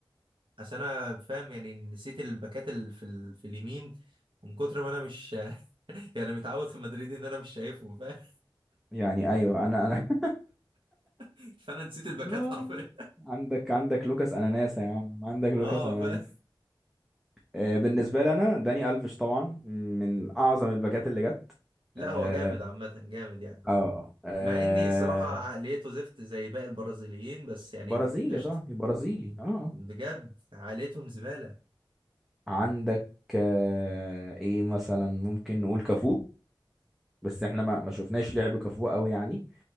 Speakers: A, on the right; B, in the centre.
A: عشان انا فاهم يعني نسيت الباكات ال... في ال... في اليمين من كتر ما انا مش <laughs> يعني متعود في مدريد ان انا مش شايفهم فاهم
B: يعني ايوه انا انا <laughs>
A: <laughs> فانا نسيت الباكات
B: آه،
A: حرفيا
B: عندك عندك لوكاس اناناس يا عم عندك لوكاس
A: <laughs> اه
B: اناناس
A: فاهم
B: آه بالنسبة لنا داني ألفيش طبعا من اعظم الباكات اللي جت
A: لا
B: اه
A: هو جامد عامة جامد يعني
B: اه آه، آه،
A: مع اني الصراحة عقليته زفت زي باقي البرازيليين بس يعني
B: برازيلي
A: قشطة
B: يا صاحبي برازيلي اه
A: بجد عائلتهم زبالة
B: عندك آه ايه مثلا ممكن نقول كافو بس احنا ما ما شفناش لعب كافو قوي يعني